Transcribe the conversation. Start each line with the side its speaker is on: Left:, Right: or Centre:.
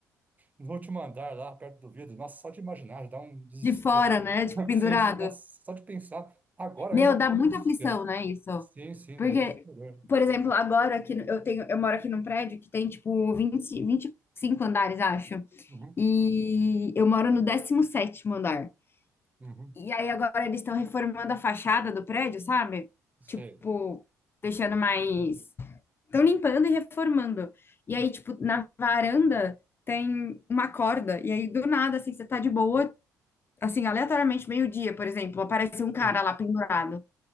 Right: no último andar lá, perto do vidro. Nossa, só de imaginar, já dá um desespero.
Left: de fora, né?
Right: <laughs>
Left: Tipo, pendurado.
Right: Sim, sim, nossa, só de pensar. Agora
Left: Meu,
Right: mesmo já tenho
Left: dá muita
Right: um desespero.
Left: aflição, né, isso?
Right: Sim, sim,
Left: Porque,
Right: é desesperador.
Left: por exemplo, agora aqui eu tenho, eu moro aqui num prédio que tem tipo vinte vinte e cinco andares, acho.
Right: Uhum,
Left: E eu moro no décimo sétimo andar.
Right: uhum,
Left: E aí agora eles estão reformando a fachada do prédio, sabe?
Right: sei.
Left: Tipo, deixando mais Estão limpando e reformando. E
Right: Hum,
Left: aí, tipo, na varanda tem uma corda. E aí, do nada, assim, você tá de boa, assim, aleatoriamente, meio-dia, por exemplo, aparece um cara
Right: Sim.
Left: lá pendurado.